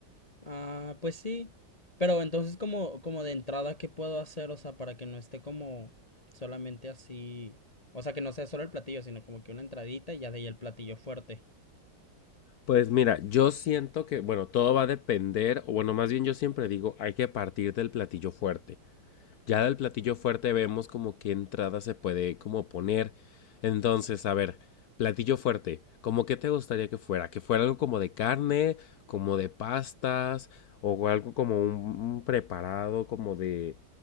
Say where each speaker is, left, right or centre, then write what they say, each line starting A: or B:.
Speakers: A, on the left; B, on the left.
A: Ah, pues sí. Pero entonces como, como de entrada, ¿qué puedo hacer? O sea, para que no esté como solamente así. O sea, que no sea solo el platillo, sino como que una entradita y ya de ahí el platillo fuerte.
B: Pues mira, yo siento que, bueno, todo va a depender, o bueno, más bien yo siempre digo, hay que partir del platillo fuerte. Ya del platillo fuerte vemos como qué entrada se puede como poner. Entonces, a ver, platillo fuerte, ¿cómo qué te gustaría que fuera? ¿Que fuera algo como de carne, como de pastas, o algo como un, un preparado como de